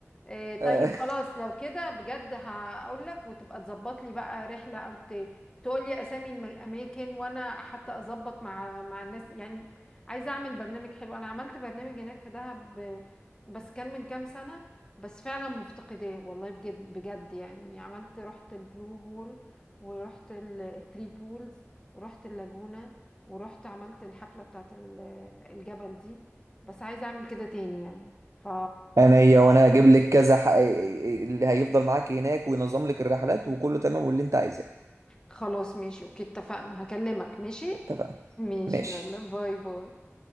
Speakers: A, on the left (about 15°); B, on the right (about 90°).
A: إيه
B: <laughs>
A: طيب
B: آه.
A: خلاص لو كده بجد هقول لك وتبقى تظبط لي بقى رحله او ت... تقول لي اسامي الاماكن وانا حتى اظبط مع مع الناس يعني عايزه اعمل برنامج حلو انا عملت برنامج هناك في دهب آه، بس كان من كام سنه بس فعلا مفتقداه والله بجد بجد يعني عملت رحت البلو هول ورحت الثري بولز ورحت اللاجونة ورحت عملت الحفلة بتاعت ال- الجبل دي بس عايزة اعمل كده تاني يعني ف
B: انا هي وانا اجيب لك كذا ح... اللي هيفضل معاك هناك وينظم لك الرحلات وكله تمام واللي انت عايزاه
A: خلاص ماشي اوكي اتفقنا هكلمك ماشي
B: اتفقنا
A: ماشي
B: ماشي
A: يلا باي باي